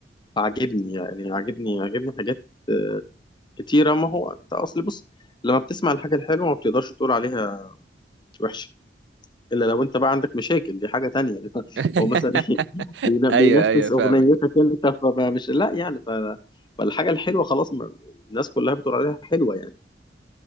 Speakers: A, on the left; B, on the right.
A: عاجبني يعني عاجبني عاجبني حاجات آه، كتيرة ما هو أنت أصل بص لما بتسمع الحاجة الحلوة ما بتقدرش تقول عليها وحشة إلا لو أنت بقى عندك مشاكل دي حاجة تانية يعني <laughs>
B: <laughs>
A: هو مثلا إيه بين-
B: ايوه
A: بينفذ
B: ايوه فاهمك
A: أغنيتك أنت فمش لا يعني ف... فالحاجة الحلوة خلاص ما... الناس كلها بتقول عليها حلوة يعني